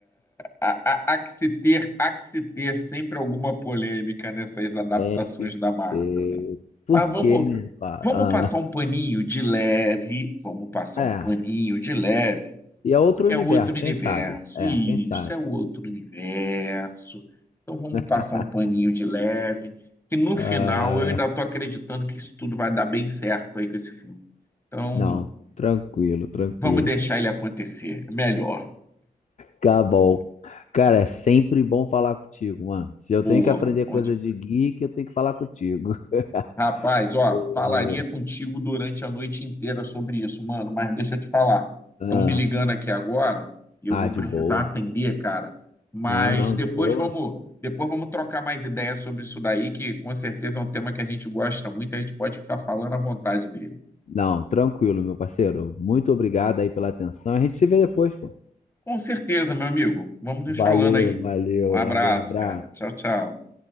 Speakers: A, on the left; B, on the left.
A: Há, há, há que se ter, há que se ter sempre alguma polêmica nessas adaptações
B: Tem que
A: da Marvel,
B: ter.
A: né?
B: Por
A: Mas vamos,
B: quê, né, cara?
A: vamos passar um paninho de leve, vamos passar
B: Ah,
A: um paninho
B: é.
A: de leve,
B: E é outro
A: porque
B: universo,
A: é outro universo,
B: quem sabe? É,
A: isso
B: quem sabe?
A: é outro universo. Então vamos
B: <laughs>
A: passar um paninho de leve, que no
B: Ah,
A: final eu ainda estou acreditando que isso tudo vai dar bem certo aí com esse filme. Então
B: não, tranquilo, tranquilo.
A: vamos deixar ele acontecer, melhor.
B: Tá bom. Cara, é sempre bom falar contigo, mano. Se eu
A: Porra,
B: tenho que aprender
A: bom
B: coisa
A: demais.
B: de geek, eu tenho que falar contigo. <laughs>
A: Rapaz, ó,
B: Ô,
A: falaria contigo durante a noite inteira sobre isso, mano, mas deixa eu te falar.
B: Ah,
A: Estão me ligando aqui agora e eu
B: ah,
A: vou
B: de
A: precisar
B: boa.
A: atender, cara. Mas
B: Não, não,
A: depois
B: de boa.
A: vamos, depois vamos trocar mais ideias sobre isso daí, que com certeza é um tema que a gente gosta muito, a gente pode ficar falando à vontade dele.
B: Não, tranquilo, meu parceiro. Muito obrigado aí pela atenção. A gente se vê depois, pô.
A: Com certeza, meu amigo. Vamos nos
B: Valeu,
A: falando aí.
B: valeu,
A: Um abraço,
B: valeu, abraço.
A: cara. Tchau, tchau.